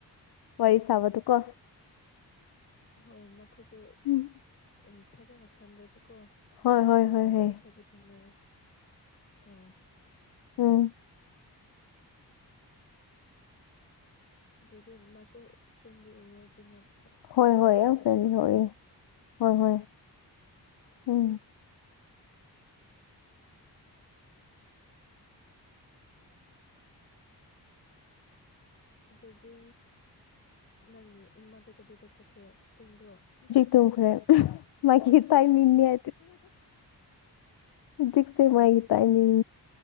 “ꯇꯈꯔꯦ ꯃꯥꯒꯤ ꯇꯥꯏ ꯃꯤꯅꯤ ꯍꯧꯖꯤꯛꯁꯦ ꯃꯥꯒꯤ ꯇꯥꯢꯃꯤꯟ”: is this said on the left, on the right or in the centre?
Left